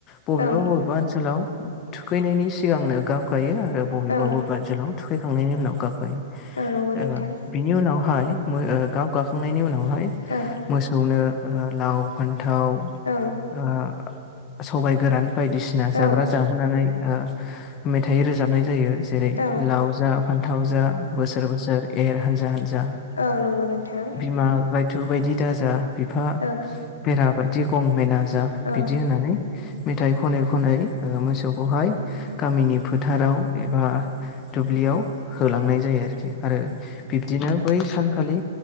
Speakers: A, on the left; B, on the left.
A: बबेबा
B: औ
A: बबेबा ओनसोलाव थुखैनायनि सिगांनो गाब गायो आरो बबेबा
B: औ
A: बबेबा ओनसोलाव थुखैखांनायनि उनाव गाब गायो। ओ
B: औ नंगौ नोंथां
A: बिनि उनावहाय मो-ओ गाब गाखांनायनि उनाव बहाय
B: औ
A: मोसौनो ओ लाव फान्थाव
B: औ
A: ओ सबाइ गोरान बायदिसिना जाग्रा
B: औ
A: जाहोनानै ओ मेथाइ रोजाबनाय जायो जेरै
B: औ
A: लाव जा फान्थाव जा बोसोर बोसोर एर हानजा हान्जा
B: औ नंगौ नोंथां
A: बिमा गायथु बायदि दाजा बिफा
B: औ
A: बेरा बायदि गं मेना जा
B: औ
A: बिदि होननानै मेथाइ खनै खनै ओ मोसौखौहाय गामिनि फोथाराव एबा दुब्लियाव होलांनाय जायो आरोखि आरो बिदिनो बै सानखालि